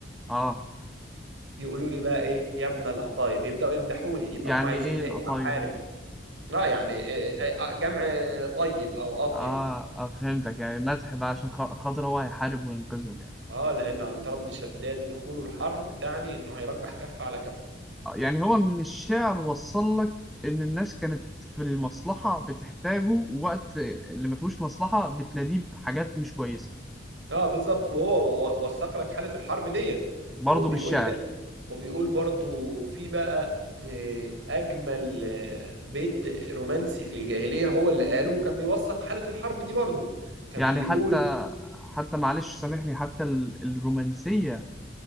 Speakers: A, in the centre; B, on the right.
A: اه
B: يقولوا لي بقى ايه يا ابن القطايب يبدأوا يمدحوني يبقى
A: يعني
B: هم عايزيني
A: إيه القطايف
B: ايه احارب
A: دي
B: لا يعني إيه- إيه- جمع طيب او اطيب
A: آه,
B: ف-
A: آه فهمتك يعني مدح بقى عشان خ- خاطر هو هيحارب وينقذهم يعني
B: اه لان عنتر بن شداد دخوله الحرب تعني انه هيرجح كف على كف
A: آه، يعني هو من الشعر وصل لك إن الناس كانت في المصلحة بتحتاجه وقت اللي ما فيهوش مصلحة بتناديه بحاجات مش كويسة
B: اه بالظبط وهو و- وثق لك حالة الحرب ديت
A: برضه
B: وبيقول
A: بالشعر
B: وبيقول برضو في بقى آه، أجمل آه، بيت رومانسي في الجاهلية هو اللي قاله وكان بيوثق حالة الحرب دي برضو كان
A: يعني
B: بيقول
A: حتى حتى معلش سامحني حتى ال- الرومانسية